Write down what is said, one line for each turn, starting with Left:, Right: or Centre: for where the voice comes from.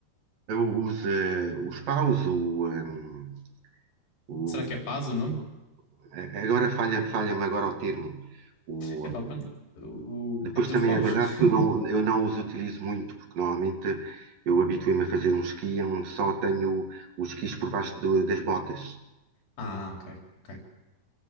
Right: Usa os eh, os paus, o, ehm, o-
Left: Será que é paz o nome?
Right: a- agora falha, falha-me agora o termo, o,
Left: Epá, pronto, o,
Right: Depois
Left: o- pronto,
Right: também
Left: os paus.
Right: é verdade
Left: <laughs>
Right: que eu não, eu não os utilizo muito, porque normalmente eu habituei-me a fazer um esqui onde só tenho os esquis por baixo do- das botas.
Left: Ah, ok, ok.